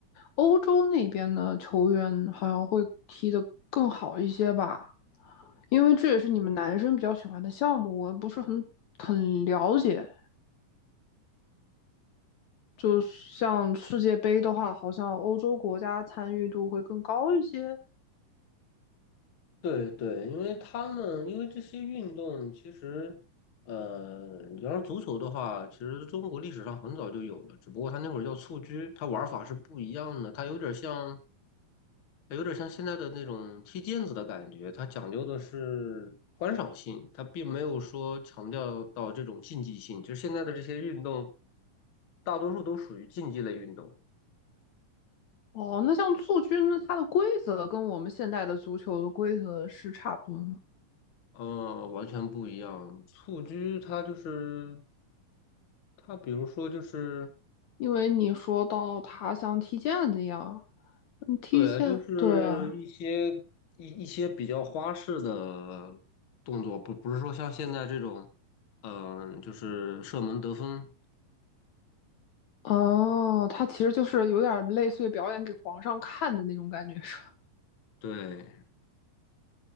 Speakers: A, on the left; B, on the left.
A: 欧洲那边的球员好像会踢得更好一些吧，因为这也是你们男生比较喜欢的项目，我不是很很了解。就像世界杯的话，好像欧洲国家参与度会更高一些。
B: 对对，因为他们因为这些运动，其实，呃，你要是足球的话，其实中国历史上很早就有了，只不过它那会儿叫蹴鞠，它玩法是不一样的，它有点像，它有点像现在的那种踢毽子的感觉，它讲究的是观赏性，它并没有说强调到这种竞技性，就是现在的这些运动，大多数都属于竞技类运动。
A: 哦，那像蹴鞠呢，那它的规则跟我们现代的足球的规则是差不多的吗？
B: 呃，完全不一样。蹴鞠它就是它，比如说就是
A: 因为你说到它像踢毽子一样，嗯踢毽，
B: 对，就是一些一一些比较花式的动作，
A: 对啊，
B: 不不是说像现在这种，嗯、就是射门得分。
A: 哦，它其实就是有点类似于表演给皇上看的那种感觉，是吧？
B: 对，